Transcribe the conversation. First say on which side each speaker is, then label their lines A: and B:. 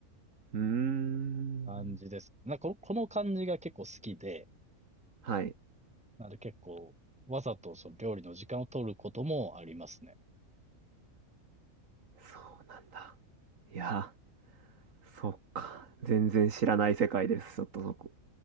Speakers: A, on the right; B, in the centre.
A: うーん。
B: 感じです。なんかこのこの感じが結構好きで、
A: はい。
B: なので結構、わざとその料理の時間を取ることもありますね。
A: そうなんだ。いや、そうか。全然知らない世界です。ちょっとそこ。